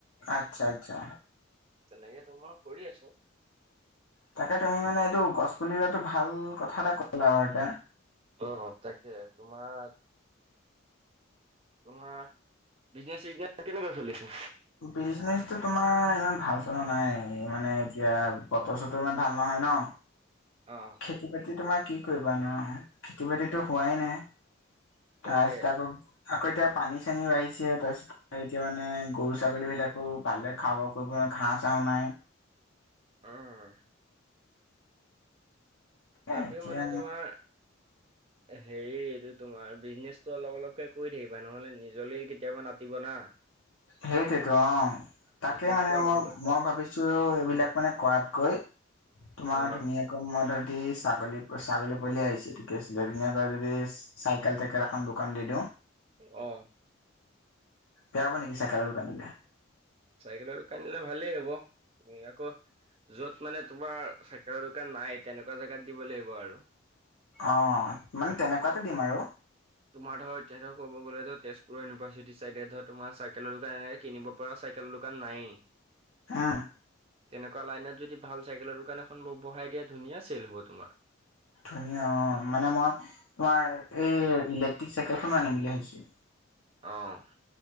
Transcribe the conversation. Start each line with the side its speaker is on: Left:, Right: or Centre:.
Left: আচ্ছা আচ্ছা।
Right: তেনেকে তোমাৰ কৰি আছোঁ।
Left: তাকে তুমি মানে এইটো গছ পুলি ৰোৱাটো ভাল কথা এটা ক'লা আৰু এটা।
Right: অ অ তাকে তোমাৰ তোমাৰ বিজনেচ চিজনেচ কেনেকুৱা চলিছে?
Left: বিজনেচটো তোমাৰ ইমান ভাল চলা নাই, মানে এতিয়া বতৰ চতৰ ইমান ভাল নহয় ন।
Right: অঁহ
Left: খেতি বাতি তোমাৰ কি কৰিবা নো খেতি বাতিতো হোৱাই নাই।
Right: তাকে
Left: তাৰপিছত আকৌ, আকৌ এতিয়া পানী চানিও বাঢ়িছে তাৰপিছত এতিয়া মানে গৰু ছাগলী বিলাকো ভালে খাব কৰিব ঘাঁহ চাহো নাই
Right: উম তথাপিও
Left: এ এতিয়া
Right: মানে তোমাৰ হেৰি এইটো তোমাৰ বিজনেচটো অলপ অলপকে কৰি থাকিবা নহ'লে নিজলৈ কেতিয়াবা না টিব না।
Left: সেইটোৱেতো অঁ। তাকে
Right: বিজনেচটো
Left: মানে
Right: অলপ
Left: মই
Right: অলপকে
Left: মই ভাবিছো এইবিলাক মানে কৰাতকৈ তোমাৰ
Right: অ
Left: ধুনীয়াকে মোৰ মতে যদি ছাগ ছাগলী পোৱালিহে আহিছে এইটো কি আছিলে ধুনীয়াকৈ যদি চাইকেল টাইকেল এখন দোকান দি দিওঁ
Right: অ
Left: বেয়া হব নেকি চাইকেলৰ দোকান দিলে?
Right: চাইকেলৰ দোকান দিলে ভালেই হব তুমি আকৌ যত মানে তোমাৰ চাইকেলৰ দোকান নাই তেনেকুৱা জেগাত দিব লাগিব আৰু।
Left: অ মানে তেনেকুৱাতে দিম আৰু।
Right: তোমাৰ ধৰ এতিয়া ধৰ কব গ'লে ধৰ তেজপুৰ ইউভাৰ্চিটি চাইডে ধৰ তোমাৰ চাইকেলৰ দোকান এনেকে কিনিব পৰা চাইকেলৰ দোকান নায়েই।
Left: অ
Right: তেনেকুৱা লাইনত যদি ভাল চাইকেলৰ দোকান এখন ব বহাই দিয়া ধুনীয়া চেল হ'ব তোমাৰ।
Left: ধুনীয়া অঁ, মানে মই তোমাৰ এই ইলেক্ট্ৰিক চাইকেলখনো আনিম বুলি ভাবিছো।
Right: অঁ।